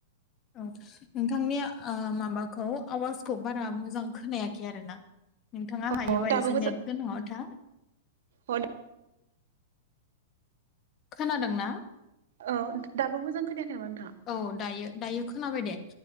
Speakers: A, on the left; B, on the right.
A: औ। नोंथांनि आ माबाखौ आवाजखौ बारा मोजां खोनायाखै आरो ना। नोंथाङा हायोबा
B: औ दाबो
A: एसे
B: मोजां
A: नेट गोनाङाव था।
B: औ
A: खोनादों ना?
B: औ दाबो मोजां खोनायाखै नामा नोंथाङा?
A: औ दायो-दायो खोनाबाय दे